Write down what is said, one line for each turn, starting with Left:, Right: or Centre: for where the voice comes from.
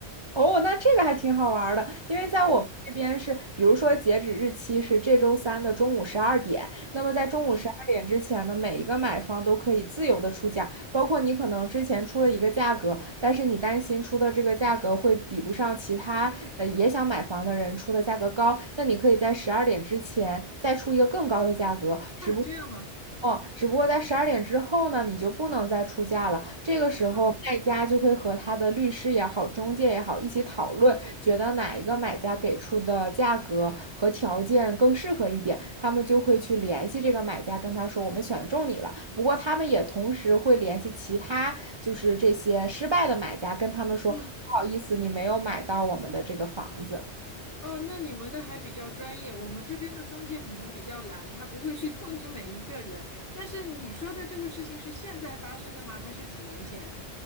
Right: 哦，那这个还挺好玩儿的，因为在我们这边是，
Left: 嗯
Right: 比如说截止日期是这周三的中午十二点，那么在中午十二点之前呢，
Left: 嗯
Right: 每一个买方都可以自由的出价，包括你可能之前出了一个价格，但是你担心出的这个价格会比不上其他呃也想买房的人出的价格高，那你可以在十二点之前再出一个更高的价格，只不过
Left: 啊，这样吗？
Right: 哦，只不过在十二点之后呢，你就不能再出价了。这个时候，
Left: 啊
Right: 卖家就会和他的律师也好、中介也好一起讨论，觉得哪一个买家给出的价格和条件更适合一点，他们就会去联系这个买家，跟他说我们选中你了。不过他们也同时会联系其他，就是这些失败的买家，跟他们说不好意思，
Left: 嗯
Right: 你没有买到我们的这个房子，
Left: 哦，那你们的还比较专业，我们这边的中介可能比较懒，他不会去 <laughs> 通知每一个人。但是你说的这个事情是现在发生的吗？还是几年前？